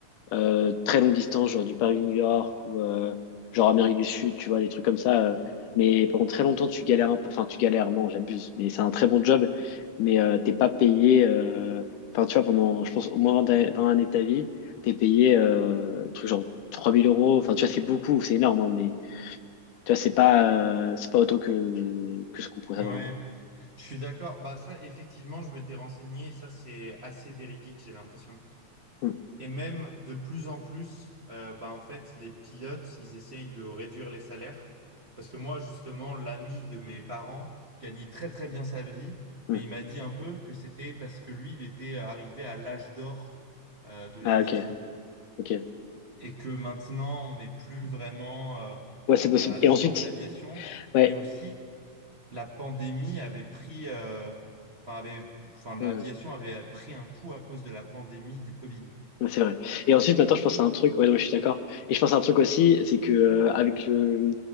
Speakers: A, on the left (about 80°); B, on the right (about 85°).
A: euh, très longue distance, genre du Paris-New York ou euh, genre Amérique du Sud, tu vois, des trucs comme ça. euh, mais pendant très longtemps, tu galères un peu. Enfin, tu galères, non, j'abuse. Mais c'est un très bon job, mais euh, t'es pas payé. euh, Enfin, tu vois, pendant, je pense, au moins 20, a- 20 années de ta vie, t'es payé euh, un truc genre 3000 euros. Enfin, tu vois, c'est beaucoup, c'est énorme, hein, mais tu vois, c'est pas, euh, c'est pas autant que, que ce qu'on pourrait
B: ouais,
A: s'attendre. quoi.
B: je suis d'accord. Bah, ça, effectivement, je m'étais renseigné et ça, c'est assez véridique, j'ai l'impression.
A: Hum,
B: Et même de plus en plus, euh, bah, en fait, les pilotes, ils essayent de réduire les salaires. Parce que moi, justement, l'ami de mes parents gagnait très très bien sa vie,
A: hum.
B: mais il m'a dit un peu que c'était parce que lui, il était arrivé à l'âge d'or euh, de l'aviation.
A: Ah, ok, ok.
B: Et que maintenant, on n'est plus vraiment euh,
A: Ouais, c'est possible.
B: à l'âge
A: Et ensuite,
B: d'or de l'aviation.
A: ouais.
B: Et aussi, la pandémie avait pris, euh, enfin, avait, enfin,
A: hum.
B: l'aviation avait pris un coup à cause de la pandémie du Covid.
A: Ouais, C'est vrai. Et ensuite, maintenant, je pense à un truc. Ouais, non, mais je suis d'accord. Et je pense à un truc aussi, c'est que euh, avec le